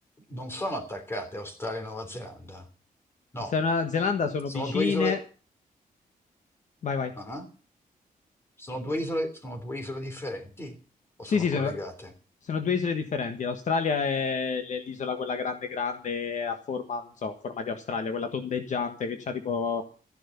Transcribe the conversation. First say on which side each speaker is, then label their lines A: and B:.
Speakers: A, on the left (about 15°); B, on the left (about 55°).
A: non sono attaccate Australia e Nuova Zelanda. No,
B: Australia e Nuova Zelanda sono
A: sono
B: vicine.
A: due isole.
B: Vai, vai.
A: ah, Sono due isole, sono due isole differenti o
B: Sì,
A: sono
B: sì,
A: collegate?
B: sono, sono due isole differenti. L'Australia è l- l'isola quella grande, grande, a forma, non so, a forma di Australia, quella tondeggiante che c'ha tipo